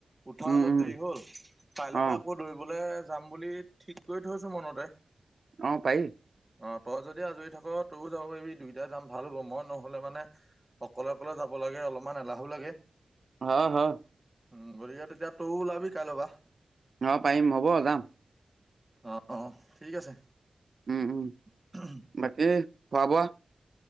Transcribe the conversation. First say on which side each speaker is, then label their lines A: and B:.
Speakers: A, on the right (about 20°); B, on the right (about 60°).
A: উঠা
B: উম
A: অলপ
B: উম
A: দেৰি হ'ল কাইলৰ
B: অ
A: পৰা আকৌ দৌৰিবলে যাম বুলি ঠিক কৰি থৈছোঁ মনতে।
B: অঁ পাৰি।
A: অ তই যদি আজৰি থাক তইও যাব পাৰিবি দুইটাই যাম ভাল হ'ব, মই নহলে মানে অকলে অকলে যাব লাগে অলপমান এলাহো লাগে।
B: হয় হয়।
A: উম গতিকে তেতিয়া তইও ওলাবি কাইলৰ পৰা।
B: অ, পাৰিম হ'ব যাম।
A: অ', অ', ঠিক আছে।
B: উম, উম।
A: উ। <unintelligible>
B: বাকী খোৱা বোৱা?